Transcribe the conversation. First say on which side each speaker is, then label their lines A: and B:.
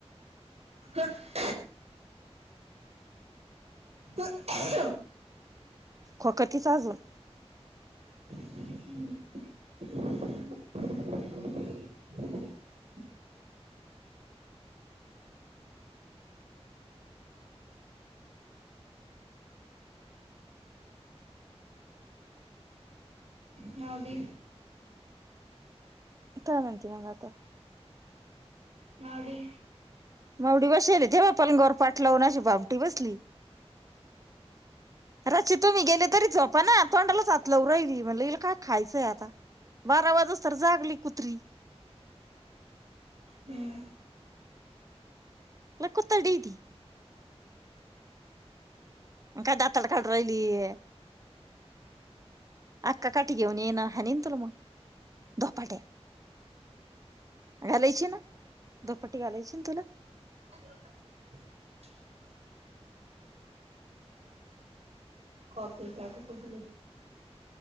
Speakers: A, on the right (about 70°); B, on the right (about 30°).
A: ते... तर..
B: खोकतीच आजून.
A: <inaudible> नावडी.
B: काय म्हणती मग आता.
A: मावडी.
B: मावडी बसेल हे तेव्हा आपण गोरपाठ लावून अशी भामटी बसली.
A: <inaudible>
B: रातची तुम्ही गेले तरी जोपाना तोंडालाच हात लऊ राहिली म्हणलं ईला काय खायचंय आता. बारा वाजु तर जागली कुत्री.
A: हम्म.
B: लय कुतडी ती. काय दातडकडू राहिलीय. आता काटी घेऊन येईल हानीन तुला मग दधोपाट्या. घालायची ना दुपट्टी घालायची ना तुला?
A: <inaudible> Coffee cat पठली.